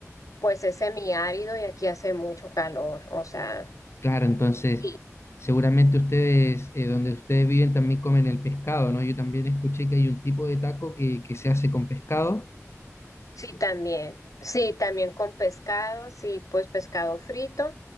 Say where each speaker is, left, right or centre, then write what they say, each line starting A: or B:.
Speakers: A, on the left; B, on the left.
A: pues es semiárido y aquí hace mucho calor, o sea,
B: Claro, entonces
A: y
B: seguramente ustedes, eh, donde ustedes viven también comen el pescado, ¿no? Yo también escuché que hay un tipo de taco que, que se hace con pescado.
A: Sí, también. Sí, también con pescado, sí, pues pescado frito